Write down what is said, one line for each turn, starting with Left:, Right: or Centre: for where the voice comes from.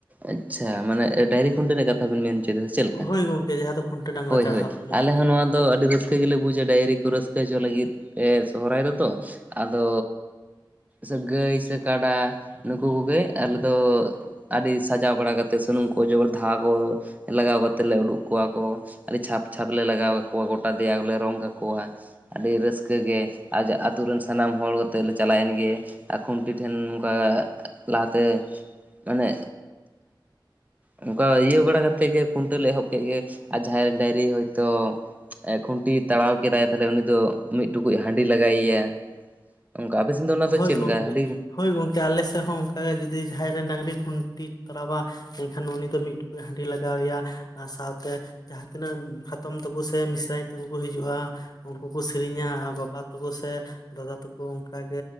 Right: ᱟᱪᱪᱷᱟ ᱢᱟᱱᱮ ᱰᱟᱝᱨᱤ ᱠᱷᱩᱱᱴᱟᱹᱣ ᱨᱮᱱᱟᱜ ᱵᱮᱱ ᱢᱮᱱ ᱦᱚᱪᱚᱭᱮᱫᱟ ᱪᱮᱫ ᱞᱮᱠᱟ?
Left: ᱦᱳᱭ ᱜᱚᱝᱠᱮ ᱡᱟᱦᱟᱸ ᱫᱚ ᱠᱷᱩᱱᱴᱟᱹ ᱰᱟᱸᱜᱽᱨᱟ
Right: ᱦᱩᱭ
Left: ᱪᱟᱲᱦᱟᱣ
Right: ᱦᱩᱭ
Left: ᱠᱚ ᱞᱟᱹᱭ
Right: ᱟᱞᱮ
Left: ᱜᱮᱫᱚ᱾
Right: ᱦᱚᱸ ᱱᱚᱣᱟ ᱫᱚ ᱟᱹᱰᱤ ᱨᱟᱹᱥᱠᱟᱹ ᱜᱮᱞᱮ ᱵᱩᱡᱟ ᱰᱟᱝᱨᱤ ᱠᱚ ᱨᱟᱹᱥᱠᱟᱹ ᱦᱚᱪᱚ ᱞᱟᱹᱜᱤᱫ ᱥᱚᱨᱦᱟᱭ ᱨᱮᱫᱚ ᱛᱚ ᱟᱫᱚ ᱥᱮ ᱜᱟᱹᱭ ᱥᱮ ᱠᱟᱰᱟ ᱱᱩᱠᱩ ᱠᱚᱜᱮ ᱟᱞᱮ ᱫᱚ ᱟᱹᱰᱤ ᱥᱟᱡᱟᱣ ᱵᱟᱲᱟ ᱠᱟᱛᱮᱫ ᱥᱩᱱᱩᱢ ᱠᱚ ᱚᱡᱚᱜ ᱫᱷᱟ ᱠᱚ ᱞᱟᱜᱟᱣ ᱠᱟᱛᱮᱫ ᱞᱮ ᱩᱰᱩᱠ ᱠᱚᱣᱟ ᱠᱚ ᱟᱹᱰᱤ ᱪᱷᱟᱯ ᱪᱷᱟᱯ ᱞᱮ ᱞᱟᱜᱟᱣ ᱠᱟᱠᱚᱣᱟ ᱜᱳᱴᱟ ᱫᱮᱭᱟ ᱠᱚᱞᱮ ᱨᱚᱝ ᱠᱟᱠᱚᱣ-ᱟ᱾ ᱟᱹᱰᱤ ᱨᱟᱹᱥᱠᱟᱹ ᱜᱮ ᱟᱡ ᱟᱛᱳ ᱨᱮᱱ ᱥᱟᱱᱟᱢ ᱦᱚᱲ ᱟᱛᱮᱫ ᱞᱮ ᱪᱟᱞᱟᱣ ᱮᱱ ᱜᱮ ᱟᱨ ᱠᱷᱩᱱᱴᱤ ᱴᱷᱮᱱ ᱱᱚᱝᱠᱟ ᱞᱟᱦᱟᱛᱮ ᱢᱟᱱᱮ ᱚᱱᱠᱟ ᱤᱭᱟᱹ ᱵᱟᱲᱟ ᱠᱟᱛᱮᱫ ᱜᱮ ᱠᱷᱩᱱᱴᱟᱹᱣ ᱞᱮ ᱮᱦᱚᱵ ᱠᱮᱫ ᱜᱮ ᱟᱨ ᱡᱟᱦᱟᱸᱭ ᱰᱟᱝᱨᱤ ᱦᱳᱭᱛᱳ ᱠᱷᱩᱱᱴᱤ ᱛᱟᱲᱟᱣ ᱠᱮᱫᱟᱭ ᱛᱟᱦᱚᱞᱮ ᱩᱱᱤ ᱫᱚ ᱢᱤᱫ ᱴᱩᱠᱩᱡ ᱦᱟᱺᱰᱤ ᱞᱟᱜᱟᱭᱮᱭᱟ ᱚᱱᱠᱟ ᱟᱯᱮ ᱥᱮᱱ ᱫᱚ ᱚᱱᱟ
Left: ᱦᱳᱭ
Right: ᱫᱚ ᱪᱮᱫ
Left: ᱜᱚᱝᱠᱮ
Right: ᱞᱮᱠᱟ ᱦᱟᱸᱰᱤ?
Left: ᱦᱳᱭ ᱜᱚᱝᱠᱮ ᱟᱞᱮ ᱥᱮᱫ ᱦᱚᱸ ᱚᱱᱠᱟ ᱜᱮ ᱡᱩᱫᱤ ᱡᱟᱦᱟᱸᱭ ᱨᱮ ᱰᱟᱝᱨᱤ ᱠᱷᱩᱱᱴᱤ ᱛᱚᱨᱟ ᱵᱟ ᱮᱱᱠᱷᱟᱱ ᱩᱱᱤ ᱫᱚ ᱢᱤᱫ ᱴᱩᱠᱩᱡ ᱦᱟᱺᱰᱤ ᱞᱟᱜᱟᱣᱮᱭᱟ ᱟᱨ ᱥᱟᱶᱛᱮ ᱡᱟᱦᱟᱸ ᱛᱤᱱᱟᱹᱜ ᱦᱟᱛᱚᱢ ᱛᱟᱠᱚ ᱥᱮ ᱢᱤᱥᱨᱟᱧ ᱛᱟᱠᱚ ᱠᱚ ᱦᱤᱡᱩᱜᱼᱟ ᱩᱱᱠᱩ ᱠᱚ ᱥᱮᱨᱮᱧᱟ ᱵᱟᱵᱟ ᱛᱟᱠᱚ ᱥᱮ ᱫᱟᱫᱟ ᱛᱟᱠᱚ ᱚᱱᱠᱟ ᱜᱮ